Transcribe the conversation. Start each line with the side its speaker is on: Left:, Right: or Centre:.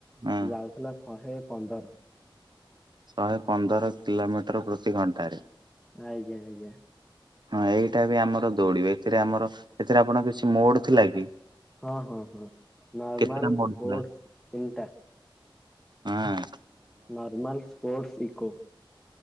Right: ହଁ।
Centre: ଯାଉଥିଲା ଶହେ ପନ୍ଦର।
Right: ଶହେ ପନ୍ଦର କିଲୋମିଟର ପ୍ରତି ଘଣ୍ଟାରେ।
Centre: ଆଜ୍ଞା ଆଜ୍ଞା।
Right: ହଁ ଏଇଟା ବି ଆମର ଦୌଡିବେ। ଏଥିରେ ଆମର ଏଥିରେ ଆପଣଙ୍କ କିଛି ମୋଡ୍ ଥିଲା କି
Centre: ହଁ- ହଁ- ହଁ ନର୍ମାଲ
Right: କେତେଟା ମୋଡ
Centre: ସ୍ପୋର୍ଟ୍ସ
Right: ଥିଲା
Centre: ତିନିଟା।
Right: ଆଁ।
Centre: ନିର୍ମାଲ ସ୍ପୋର୍ଟସ୍ ଇକୋ।